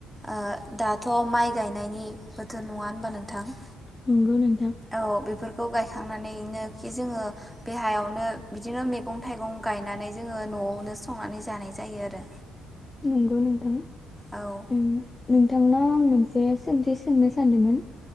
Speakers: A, in the centre; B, on the left (about 20°).
A: ओ दाथ' माइ गायनायनि बोथोर नङा होनबा नोंथां
B: नंगौ नों
A: औ बेफोर खौ गायखांनानैनो खि जोङो बे हायावनो बिदिनो मैगं थाइगं गायनानै जोङो न'आवनो संनानै जानाय जायो आरो
B: नंगौ नोंथां
A: औ
B: ओं नोंथांनाव आं मोनसे सोंथि सोंनो सानदोंमोन